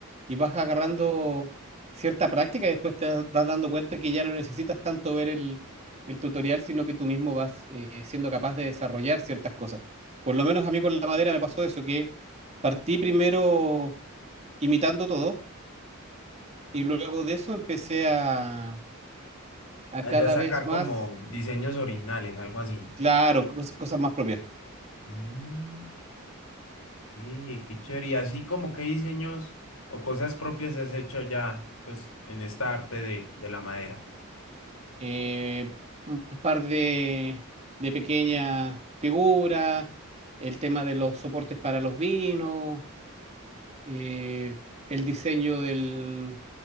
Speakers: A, on the right; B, on the left.
A: y vas agarrando cierta práctica y después te das vas dando cuenta que ya no necesitas tanto ver el, el tutorial, sino que tú mismo vas eh, siendo capaz de desarrollar ciertas cosas. Por lo menos a mí con la madera me pasó eso, que partí primero imitando todo y luego de eso empecé a, a
B: Allá
A: cada
B: sacar
A: vez más,
B: como diseños originales, algo así.
A: claro, cos- cosas más propias.
B: Mm, sí, qué chévere. Y así como qué diseños o cosas propias has hecho ya, pues, en esta arte de, de la madera.
A: eh, un par de, de pequeñas figuras, el tema de los soportes para los vinos, eh, el diseño del,